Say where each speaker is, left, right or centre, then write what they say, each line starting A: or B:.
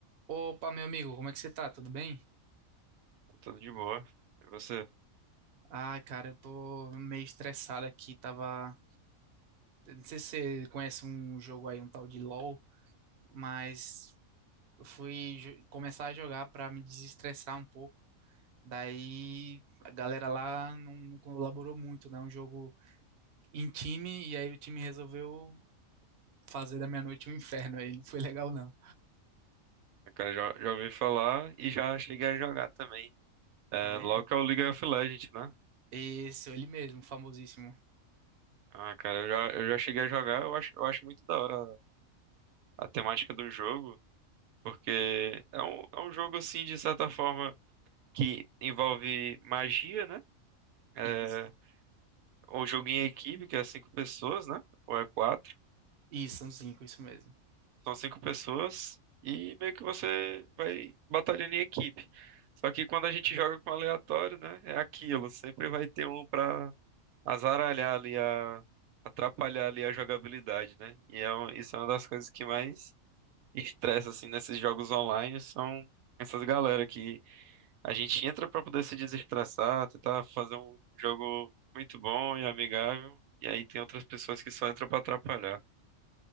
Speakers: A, on the right (about 50°); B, on the right (about 85°).
A: Opa, meu amigo, como é que você tá? Tudo bem?
B: Tudo de boa. E você?
A: Ai, cara, eu tô meio estressado aqui, tava... eu Não sei se você conhece um jogo aí, um tal de LoL, mas eu fui jo- começar a jogar pra me desestressar um pouco. Daí a galera lá não, não colaborou muito, né? Um jogo em time, e aí o time resolveu fazer da minha noite um <laughs> inferno aí, não foi legal não.
B: Cara, já, já ouvi falar e já cheguei a jogar também. É,
A: Ah, é?
B: logo que é o League of Legends, né?
A: Esse, ele mesmo, famosíssimo.
B: Ah, cara, eu já, eu já cheguei a jogar, eu acho, eu acho muito da hora a, a temática do jogo, porque é um, é um jogo, assim, de certa forma, que envolve magia, né? É
A: Isso,
B: um jogo em equipe, que é cinco pessoas, né? Ou é quatro.
A: isso, são cinco, isso mesmo.
B: São cinco pessoas e meio que você vai batalhando em equipe. Só que quando a gente joga com aleatório, né? É aquilo. Sempre vai ter um pra azaralhar ali, a, atrapalhar ali a jogabilidade, né? E é, um- isso é uma das coisas que mais estressa, assim, nesses jogos online, são essas galera que a gente entra pra poder se desestressar, tentar fazer um jogo muito bom e amigável. E aí tem outras pessoas que só entram pra atrapalhar.